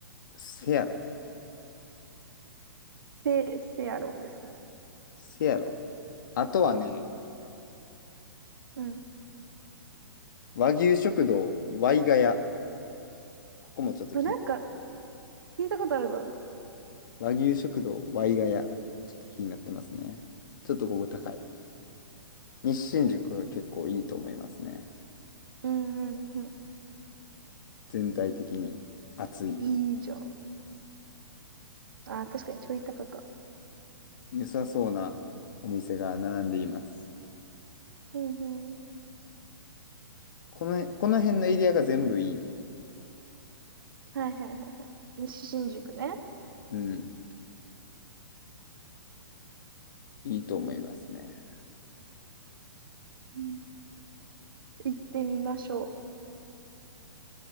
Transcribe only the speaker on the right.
せ、せやろうですね。
うん。
あ、なんか、聞いたことあるぞ。
うんうんうん。
いいじゃん。あー、確かにちょい高か。
うんうん。
はいはいはいはい。西新宿ね。
うん。行ってみましょう。